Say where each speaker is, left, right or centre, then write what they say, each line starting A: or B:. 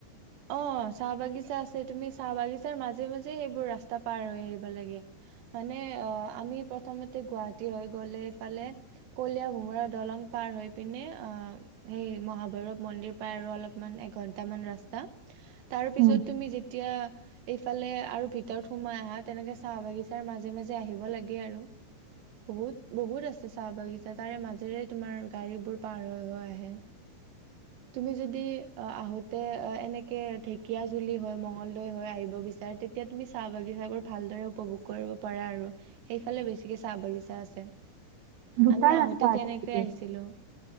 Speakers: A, on the right; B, on the right.
A: অ চাহ বাগিছা আছে তুমি চাহ বাগিচাৰ মাজে মাজে সেইবোৰ ৰাস্তা পাৰ হৈ আহিব লাগে মানে আমি প্ৰথমতে গুৱাহাটী হৈ গলে এইফালে কলিয় ভোমোৰা দলং পাৰ হৈ পিনে অ সেই মহাভৈৰৱ মন্দিৰ পাৰ আৰু অলপমান এঘন্টা মান ৰাস্তা তাত তাৰপিছত
B: উম
A: তুমি যেতিয়া এইফালে আৰু ভিতৰত সোমাই আহা তেনেকে চাহ বাগিচাৰ মাজে মাজে আহিব লাগে আৰু বহুত বহুত আছে চাহ বাগিছা তাৰে মাজেৰে তোমাৰ গাড়ী বোৰ পাৰ হৈ হৈ আহে তুমি যদি আহোতে এনেকে ঢেকিয়া জুলি হৈ মংলদৈ হৈ আহিব বিচাৰে তেতিয়া চাহ বাগি উপভোগ কৰিব পাৰা আৰু সেই ফালে বেছিকে চাহ বাগিচা আছে
B: দুটা
A: আমি আহোঁতে
B: ৰাস্তা আছে
A: তেনেকে
B: নেকি?
A: আহিছিলো